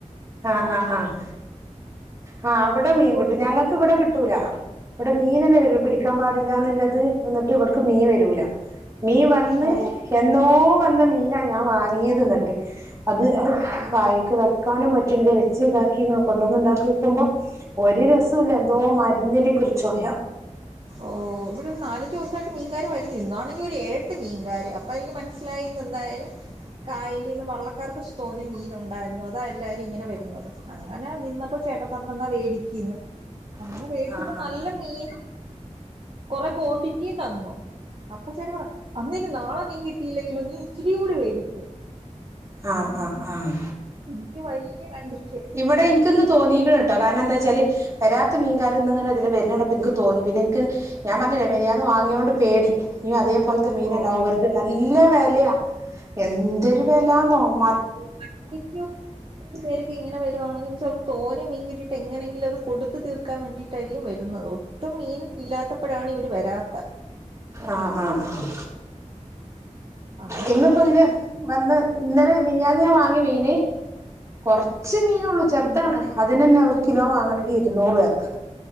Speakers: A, on the right; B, on the right.
A: ആഹ് ആഹ് ആഹ് ആ
B: ആ
A: അവിടെ മീൻകിട്ടും ഞങ്ങക്ക് ഇവിടെ കിട്ടൂല ഇവിടെ മീൻ തന്നെ വരൂ പിടിക്കാൻ പാടില്ലന്നുള്ളത് എന്നിട്ട് ഇവിടേക്ക് മീൻ വരൂല മീന് വന്ന്
B: ഓ
A: എന്നോ വന്ന മീനാ ഞാൻ വാങ്ങിയത് എന്നിട്ട് അത് അത്
B: ഓ
A: വായക്ക് വെക്കാനും പറ്റുന്നില്ല വെച്ച് ഇതാക്കി ഇയോ കൊണ്ടൊന്ന് ഉണ്ടാക്കിക്കുമ്പോ ഒരു രസൊഇല്ല എന്തോ മരുന്നിന്റെ ഒക്കെ ഒരു ചൊയ
B: ഓഹ് ഇവിടെ ഒരു നാലഞ്ച് ദിവസയിട്ട് മീൻകാര് വരുന്നി ഇന്നാണെങ്കി ഒരു എഴ് ഏട്ട് മീൻകാര് അപ്പോ എനിക്ക് മനസ്സിലായി ഇന്ന് എന്തായാലും കായലിന്നു വള്ളക്കാർക്ക് തോന്നെ മീൻ ഉണ്ടായിരുന്നു അതാ എല്ലാരും ഇങ്ങനെ വരുന്നത് അങ്ങനെ നിന്നപ്പോ ചേട്ടൻ പറഞ്ഞു എന്നാ മേടിക്കിന്ന്
A: <inaudible>
B: അങ്ങനെ മേടിച്ചപ്പോ
A: ആഹ്
B: നല്ല
A: ആഹ്
B: മീനും കുറെ ക്വാണ്ടിറ്റി തന്നു അപ്പൊ ചേട്ടൻ പറഞ്ഞു അന്നാ ഇനി നാളെ മീൻ കിട്ടിയില്ലെങ്കിലോ നീ ഇച്ചിരി കൂടി മേടിക്കേ
A: ആഹ് അഹ് അഹ്
B: എനിക്ക് വയ്യ കണ്ടിട്ട്
A: ഇവിടെ എനിക്കിന്ന് തോന്നികുണോട്ടോ കാരണം എന്താ വെച്ചാൽ വരാത്ത മീൻകാര് ഇന്ന് ഇങ്ങനെ ഇതിലെ വരുന്ന് കണ്ടപ്പം എനിക്ക് തോന്നി പിന്നെ എനിക്ക് ഞാൻ പറഞ്ഞില്ലേ മിനിഞ്ഞാന്ന് വാങ്ങിയോണ്ട് പേടി ഇനി അതേപോലത്തെ മീനണ്ടാവും
B: ഓ
A: വെറുതെ നല്ല വിലയാ എന്തൊരു വിലന്നോ മാ
B: മത്തിക്കും
A: <inaudible>
B: ഇനി ചിലപ്പോ ഇങ്ങെനെ വരുവാണെകിൽ ഇനി തോന്നെ മീൻ കിട്ടിട്ട് എങ്ങെനെ എങ്കിലും അത് കൊടുത്ത് തീർക്കാൻ വേണ്ടീട്ടായിരിക്കും വരുന്നത് ഒട്ടും മീൻ ഇല്ലാത്തപ്പഴാണ് ഇവര് വരാത്തെ
A: ആഹ് ആഹ് ആഹ്
B: അങ്ങനെ
A: ഇന്ന് ഇപ്പൊ ഇതില് വന്ന് ഇന്നലെ മിനിഞ്ഞാന്ന് ഞാൻ വാങ്ങിയ മീന് കൊറച്ച് മീനുള്ളൂ ചെറുതാണ് അതിനന്നെ ഒരു കിലോ വാങ്ങണെങ്കി ഇരുന്നൂറ് വരണം